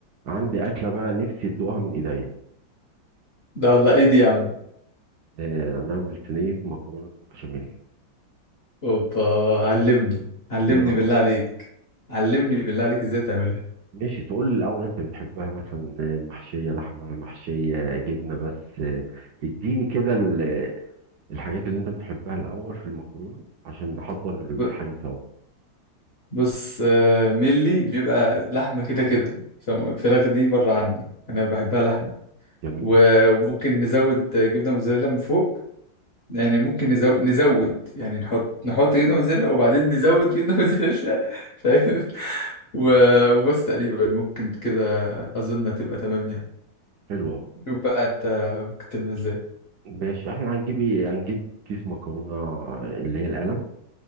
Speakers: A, on the right; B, on the left.
A: عندي أكلة بقى نفسي تدوقها من إيديا
B: ده والله ايه دي يا عم
A: آه، هنعمل صينية مكرونة بالبشاميل
B: اوبا علمني علمني
A: إيه رأيك؟
B: بالله عليك علمني بالله عليك ازاي تعملها
A: ماشي تقول لي الأول أنت بتحبها مثلا آه، محشية لحمة محشية جبنة بس آه، اديني كده ال- الحاجات اللي أنت بتحبها الأول في المكرونة عشان نحضر الحاجة
B: ب-
A: سوا
B: بص آه، ملي بيبقى لحمة كده كده فالفراخ دي بره عني انا بحبها لحمة
A: جميل
B: و- وممكن نزود جبنة موتزاريلا من فوق يعني ممكن نزود نزود يعني نحط نحط جبنة موتزاريلا وبعدين نزود جبنة موتزاريلا فاهم <laughs> و-
A: مم.
B: وبس تقريبا ممكن كده اظن هتبقى تمام يعني
A: حلو أوي
B: شوف بقى انت ممكن تعمل ازاي
A: ماشي احنا هنجيب ايه هنجيب كيس مكرونة آه، اللي هي القلم